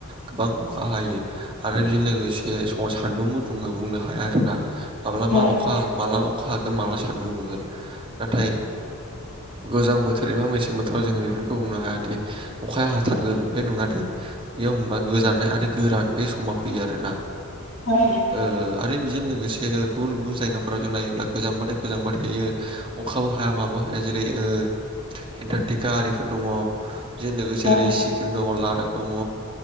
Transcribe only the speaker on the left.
औ
<unintelligible>
औ